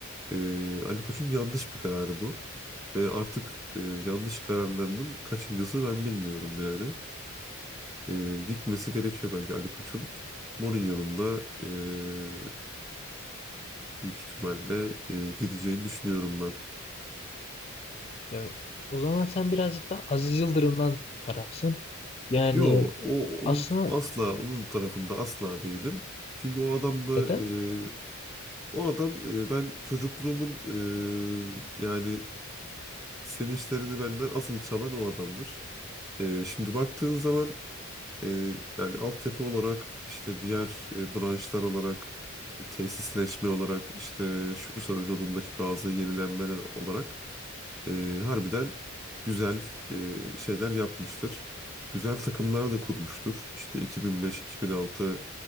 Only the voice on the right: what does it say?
e, Ali Koç'un yanlış bir kararı bu. Ve artık e, yanlış kararlarının kaçıncısı ben bilmiyorum yani. E, gitmesi gerekiyor bence Ali Koç'un. Mourinho'nun da e, büyük ihtimalle e, gideceğini düşünüyorum ben.
Yo, o onun
asla onun tarafında asla değilim. Çünkü o adam da
e, o adam e, ben çocukluğumun e, yani Sevinçlerini benden asıl çalan o adamdır. Ee, şimdi baktığın zaman e, yani altyapı olarak işte diğer e, branşlar olarak e, tesisleşme olarak işte şu yolundaki bazı yenilenmeler olarak e, harbiden güzel e, şeyler yapmıştır. Güzel takımlar da kurmuştur. İşte 2005-2006